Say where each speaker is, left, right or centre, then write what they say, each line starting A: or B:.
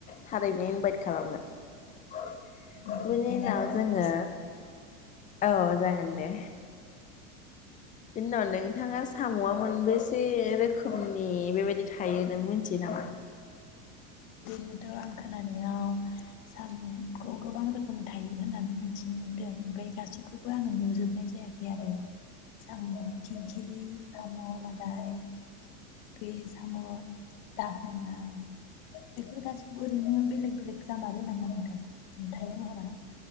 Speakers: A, on the left (about 20°); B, on the left (about 60°).
A: थारैनो इनभाइट खालामोन।
B: नेनानै
A: बिनि उनाव
B: थानाय
A: जोङो
B: जासिगोन
A: औ जागोन दे। बेना उनाव नोंथाङा साम'आ मोनबेसे रोखोमनि बेबायदि थायो नों मिथियो नामा?
B: खौथ' आं खोनानायाव साम'खौ गोबां रोखोम थायो होननानै मिथिनो मोन्दों ओमफ्राय गासैखौबो आङो नुजोबनाय जायाखै आरो। साम' खिंखिरि, साम' लादाय, बे साम' दाहोना बेफोर गासिखौबो ओरैनो बेलेग बेलेग जामारो नामा नोंथां नुथाय महरा?